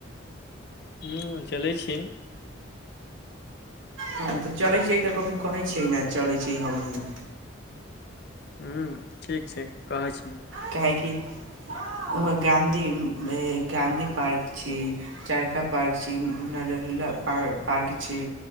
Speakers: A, on the left; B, on the right.
A: ह्म्म चलै छी।
B: हाँ तऽ चलै छीये ई ते कभी कहै छै ना चलै छी हमु।
A: ह्म्म ठीक छै, कहै छी।
B: काहे कि वहाँ गाँधी उम्म ए गाँधी पार्क छी, चरखा पार्क छी, उम्म नरेला पार पार्क छी,